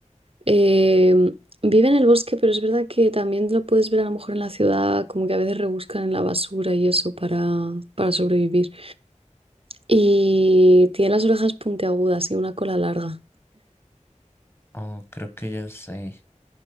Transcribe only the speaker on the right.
Eh, vive en el bosque, pero es verdad que también lo puedes ver a lo mejor en la ciudad, como que a veces rebuscan en la basura y eso para, para sobrevivir. Y tiene las orejas puntiagudas y una cola larga.